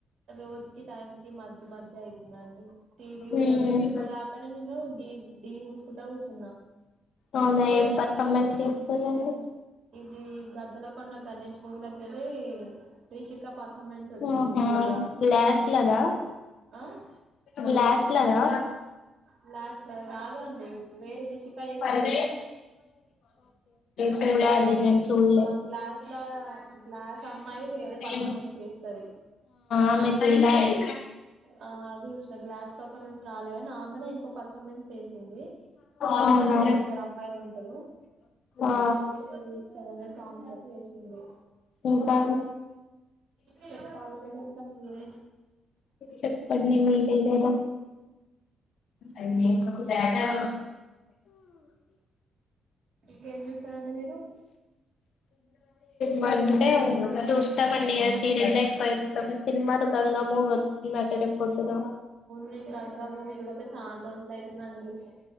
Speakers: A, on the right (about 60°); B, on the left (about 65°).
A: రోజుకి టైం కి మధ్ మధ్ అయితుందండి. టీ. వీ
B: ఉమ్
A: అందుకే ఇప్పుడ దాకనే నేను డీ డీ ఊసుకుంటా కుసున్నా.
B: అవునా ఏం పర్ఫార్మెన్ మీర్ చేస్తారండి
A: ఇది గద్దలకొండ గణేష్ మూవీలకేళ్ళి రిషిక పర్ఫార్మెన్స్ వచ్చింది.
B: ఆహా
A: న్యూగా
B: గ్లాస్
A: అది చూస్తున్నా.
B: లాగా
A: ఆహ్
B: గ్లాస్ లాగా
A: గ్లాస్ల రాదండి వేరే రిశిక.
B: ఒకే చూడలి నేను చూడ్లే
A: గ్లాస్లా గ్లాస్ లా గ్లాస్ అమ్మాయి వేరే పర్ఫార్మెన్స్
B: ఉహ్మ్
A: చేస్తుంది
B: అమెజె ట్యాంక్
A: ఆ, అది చూసిన గ్లాస్ పర్ఫార్మెన్స్ రాలేగనా అమ్మానే ఇంకో పర్ఫార్మెన్స్ చేచింది.
B: అవునా
A: ఇంకా ఇద్దరు అమ్మాయిలు ఉంటారు.
B: ఆ
A: మాధురి దీక్షిత్ అనే సాంగ్ తోటి చేసింది
B: ఇంకా
A: చెప్పాలండి ఇంకా మీరే
B: చెప్పండి మీదైతే ఎలా అ
A: ఇంకేం చూస్తారండి మీరు
B: మండే ఒకసారి చూస్తామండి. ఈ రెండ్పోయి తమిళ్ సినిమా లో గంగ మూవత్ ఉందాట రేప్ పొద్దున
A: నేన్ గంగా మూవీ చూడక చాలా రోజులు అయితుందండి.